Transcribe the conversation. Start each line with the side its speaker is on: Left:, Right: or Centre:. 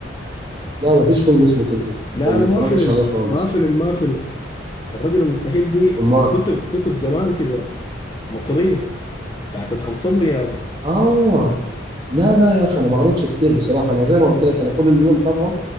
Right: لا مفيش فيلم اسمه كده
Left: لا
Right: ما
Left: لا
Right: اتفرجتش
Left: ما فيلم
Right: عليه خالص
Left: ما فيلم ما فيلم الرجل المستحيل دي
Right: امال
Left: كتب كتب زمان كده مصرية بتاعت ادهم صبري يا مان.
Right: اه لا لا يا اخي انا ما قريتش كتير بصراحه انا زي ما قلت لك انا كل اللي انا متابعه